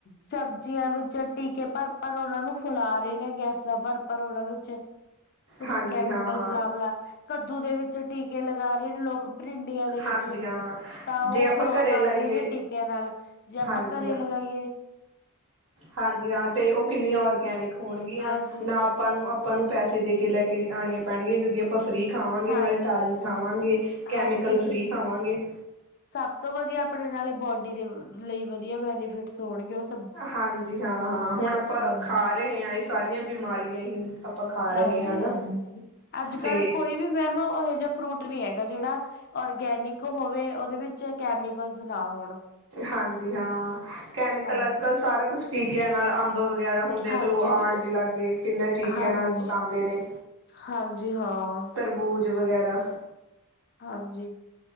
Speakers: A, on the left; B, on the right.
A: ਸਬਜ਼ੀਆਂ ਵਿੱਚ ਟੀਕੇ ਭਰ ਭਰ ਓਨਾ ਨੂੰ ਫੂਲਾ ਰੇ ਨੇ ਗੈਸਾਂ ਭਰ ਭਰ ਓਨਾਂ ਵਿੱਚ। ਕੁਛ
B: ਹਾਂਜੀ
A: ਕੈਮੀਕਲ
B: ਹਾਂ ਹਾਂ
A: ਮਿਲਾ ਵਿਲਾ, ਕੱਦੂ ਦੇ ਵਿੱਚ ਟੀਕੇ ਲਗਾ ਰੇ ਨੇ ਲੋਕ ਪਰਿੰਡੀਆਂ ਦੇ ਵਿੱਚ
B: ਹਾਂਜੀ ਹਾਂ
A: ਤਾਂ ਓ
B: ਜੇ ਆਪਾਂ
A: ਗਰੋ
B: ਘਰੇ
A: ਕਰ
B: ਲਾਈਏ
A: ਰਏ ਨੇ ਟੀਕਿਆਂ ਨਾਲ ਜੇ ਆਪਾਂ
B: ਹਾਂਜੀ
A: ਘਰੇ
B: ਹਾਂ
A: ਲਗਾਈਏ
B: ਹਾਂਜੀ ਹਾਂ ਤੇ ਓ ਕਿੰਨੀਆਂ ਔਰਗੈਨਿਕ ਹੋਣਗੀਆਂ
A: ਹਾਂਜੀ
B: ਨਾ ਆਪਾਂ ਨੂੰ, ਆਪਾਂ ਨੂੰ ਪੈਸੇ ਦੇ ਕੇ ਲੈ ਕੇ ਆਣੀਆਂ ਪੈਣਗੀਆਂ ਕਿਉਂਕਿ ਆਪਾਂ ਫ੍ਰੀ ਖਾਵਾਂਗੇ
A: ਹਾਂਜੀ
B: ਨਾਲੇ ਤਾਜ਼ੀ ਖਾਵਾਂਗੇ,
A: ਸ
B: ਕੈਮੀਕਲ
A: ਹਾਂਜੀ
B: ਫ੍ਰੀ ਖਾਵਾਂਗੇ।
A: ਸਭ ਤੋਂ ਵਧੀਆ ਆਪਣੇ ਨਾਲੇ ਬੋਡੀ ਦੇ ਲਈ ਵਧੀਆ ਬੈਨੀਫਿਟਸ ਹੋਣਗੇ ਓਸ
B: ਹਾਂਜੀ ਹਾਂ ਹਾਂ, ਹੁਣ ਆਪਾਂ
A: ਹਾਂਜੀ
B: ਖਾ ਰਹੇ ਆਂ ਏ ਸਾਰੀਆਂ ਬਿਮਾਰੀਆਂ ਹੀ ਆਪਾਂ ਖਾ ਰਹੇ
A: ਹਾਂਜੀ
B: ਹਾਂ ਨਾ
A: ਅੱਜ
B: ਤੇ
A: ਕੱਲ ਕੋਈ ਵੀ ਮੈਮ ਓਹੇ ਜਾ ਫਰੂਟ ਨੀ ਹੈਗਾ ਜੇੜਾ ਔਰਗੈਨਿਕ ਹੋਵੇ ਓਦੇ ਵਿੱਚ ਐ ਕੈਮੀਕਲਸ ਨਾ ਹੋਣ।
B: ਹਾਂਜੀ ਹਾਂ, ਕੈਮੀਕਲ
A: ਹਾਂਜੀ
B: ਅੱਜ ਕੱਲ ਸਾਰਾ ਕੁਛ ਟੀਕਿਆਂ ਨਾਲ ਅੰਬ ਵਗੈਰਾ ਹੁਣ ਦੇਖ
A: ਹਾਂਜੀ
B: ਲਓ ਆਣ ਵੀ ਲੱਗ ਗਏ ਕਿੰਨਾਂ ਟੀਕਿਆਂ
A: ਹਾਂਜੀ
B: ਨਾਲ ਪਕਾਦੇ ਨੇ।
A: ਹਾਂਜੀ ਹਾਂ।
B: ਤਰਬੂਜ਼ ਵਗੈਰਾ।
A: ਹਾਂਜੀ।